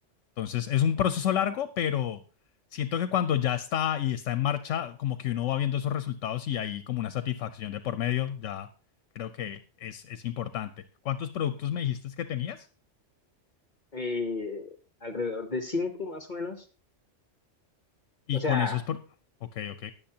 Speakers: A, on the left; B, on the left.
A: Entonces es un proceso largo, pero siento que cuando ya está y está en marcha, como que uno va viendo esos resultados y hay como una satisfacción de por medio, ya creo que es, es importante. ¿Cuántos productos me dijiste que tenías?
B: eh, alrededor de cinco más o menos.
A: Y
B: O sea,
A: con esos... Por... Ok, ok,